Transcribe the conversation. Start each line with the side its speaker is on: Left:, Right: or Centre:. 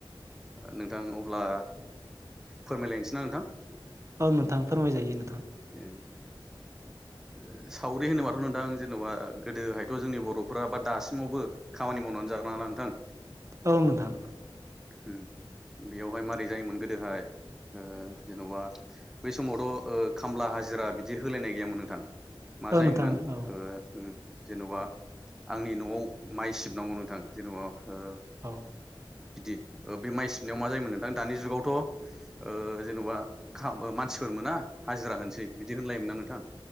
Centre: नोंथां अब्ला फोरमायलायनोसै ना नोंथां
Right: औ नोंथां फोरमायजायो नों
Centre: ओं ओ सावरि होनोबाथ' नोंथां जेन'बा गोदोहायथ' जोंनि बर'फोरा बा दासिमावबो खामानि मावनानै जाग्रा ना नोंथां
Right: औ नोंथां
Centre: उम बेयावहाय मारै जायोमोन गोदोहाय ओ जेन'बा बै समावथ' ओ खामला हाजिरा बिदि होलायनाय गैयामोन नोंथां मा
Right: औ
Centre: जायोमोन
Right: नोंथां औ
Centre: ओ हम जेन'बा आंनि न'आव माइ सिबनांगौ नोंथां जेन'बा ओ
Right: औ
Centre: बिदि बे माइ सिबनायाव मा जायोमोन नोंथां दानि जुगाव थ' ओ जेन'बा मानसिफोर मोना हाजिरा होनोसै बिदि होनलायोमोन ना नोंथां